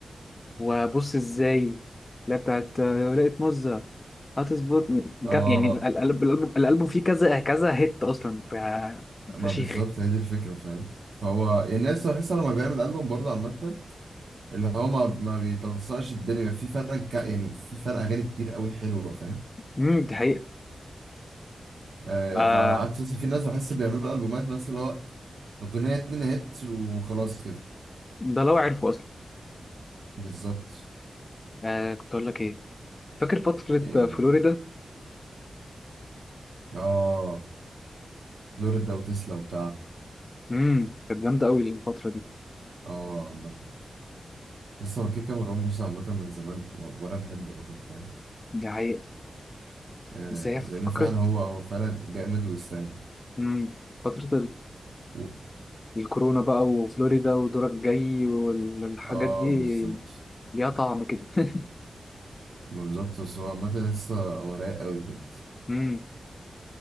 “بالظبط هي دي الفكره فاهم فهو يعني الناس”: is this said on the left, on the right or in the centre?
Right